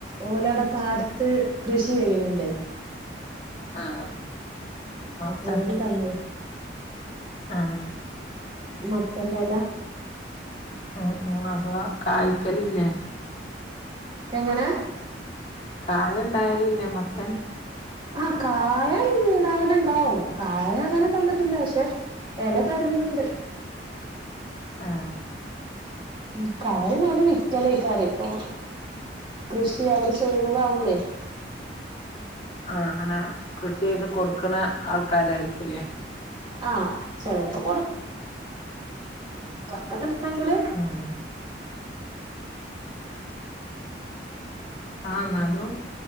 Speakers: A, on the right; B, on the left.
A: ഓലടെ പാടത്ത് കൃഷി ചെയ്യണണ്ട്
B: ആഹ ആഹ് മത്തൻ
A: അപ്പോ ഓല് തന്നയാ
B: ആഹ്
A: മത്തന്റെയില
B: ഉം ഉം അപ്പൊ കായ്ക്കല്യല്ലേ
A: എങ്ങനെ
B: കായ്ണ്ടായല്ല്ലേ മത്തൻ
A: ആഹ് കായ ഉണ്ടാവലുണ്ടാവും കായ അങ്ങനെ തന്നിട്ടില്ല പക്ഷെ എല തരല്ണ്ട്
B: ആഹ്
A: ഉം കായ ഞ്ഞ് ഓല് വിക്കലക്കാരെ ഇപ്പൊ കൃഷി അവര് ചെയ്യുന്നതാവുമ്പളേ
B: ആഹ് ആഹ് അങ്ങനെ കൃഷി ചെയ്ത് കൊടുക്കണ ആൾക്കാരായിരിക്കുംല്ലേ
A: ആഹ് ചെലേപ്പം കൊടു തോനെണ്ടെങ്കില്
B: ആഹ്
A: ഉം
B: ആഹ് നല്ലൊ